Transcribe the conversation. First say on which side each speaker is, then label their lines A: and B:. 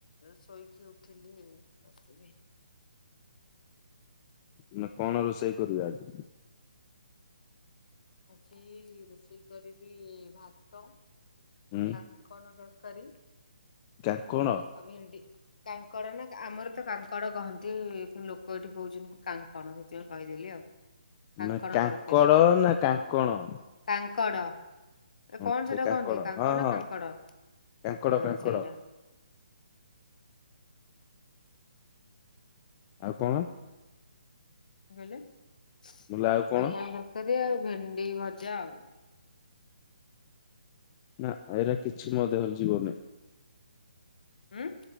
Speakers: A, on the left (about 60°); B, on the left (about 25°).
A: ଶୋଇକି ଉଠିଥିଲି।
B: ନା କଣ ରୋଷେଇ କରିବେ ଆଜି।
A: ଆଜି ରୋଷେଇ କରିବି ଭାତ
B: ଉଁ
A: କହି କଣ ତରକୀରି।
B: ଚା କଣ।
A: ଆଉ ଭିଣ୍ଡି। କାଙ୍କଡ ନା ଆମର ତ କାଙ୍କଡ଼ କହନ୍ତି। ଲୋକ ଏଇଠି କହୁଛନ୍ତି କାଙ୍କଣ ସେଥିପାଇଁ କହିଦେଲି ଆଉ। କାଙ୍କଣ
B: ନା କାଙ୍କଡ
A: ତରକାରୀ
B: ନା କାଙ୍କଣ?
A: କାଙ୍କଡ଼।
B: ହଁ
A: କଣ
B: ସେ
A: ସେଟାକୁ
B: କାଙ୍କଡ
A: କହନ୍ତି କାଙ୍କଣ
B: ହଁ
A: ନା
B: ହଁ
A: କାଙ୍କଡ ହଁ
B: କାଙ୍କଡ କାଙ୍କଡ
A: ସେଇଟା।
B: ଆଉ କଣ?
A: କଣ କହିଲେ କାଙ୍କଣ
B: ବୋଲେ ଆଉ କଣ
A: ତରକାରୀ ଆଉ ଭେଣ୍ଡି ଭଜା ଆଉ।
B: ନା ଏରା କିଛି ମୋ ଦେହରେ ଯିବନି।
A: ହୁଁ